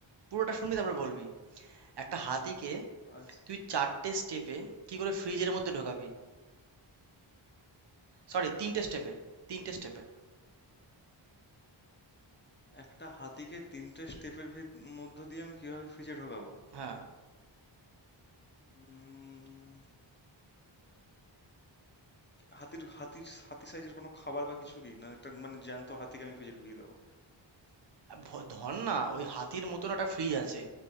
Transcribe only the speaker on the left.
আচ্ছা
একটা হাতিকে তিনটে স্টেপের ভিত মধ্য দিয়ে আমি কিভাবে ফ্রিজে ঢোকাবো
উম, হাতির হাতির হাতি সাইজের কোনো খাবার বা কিছু কি না একটা মানে জ্যান্ত হাতিকে আমি ফ্রিজে ঢুকিয়ে দেবো